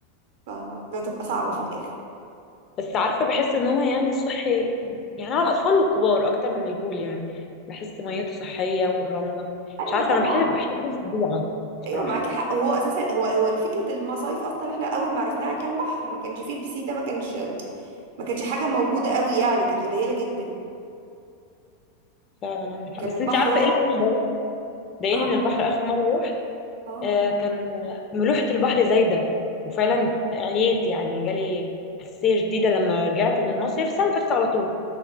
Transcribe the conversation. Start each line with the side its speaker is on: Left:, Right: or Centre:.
Right: فبتبقى صعبة
Left: أيوة.
Right: في الاخر
Left: بس عارفة بحس ان هو يعني صحي يعني على الاطفال والكبار اكتر من البول يعني بحس ميته صحية والرملة
Right: ايوه
Left: مش عارفة
Right: طبعا
Left: انا بحب بحب الطبيعة بصراحة
Right: ايوه معاكي حق وهو اساسا هو هو فكره المصايف اصلا احنا اول ما عرفناها كان بحر ما كانش فيه البسين ده ما كانش ما كانش حاجه موجوده قوي يعني كانت قليله جدا
Left: فعلا عندك حق
Right: كان
Left: بس
Right: البحر
Left: انت عارفة
Right: هو
Left: ايه اللي بقى اللي ضايقني ضايقني
Right: اه
Left: من البحر اخر مرة
Right: اه
Left: آه، كان ملوحة البحر زايدة وفعلا عييت يعني جالي حساسية شديدة لما رجعت من المصيف السنة اللي فاتت على طول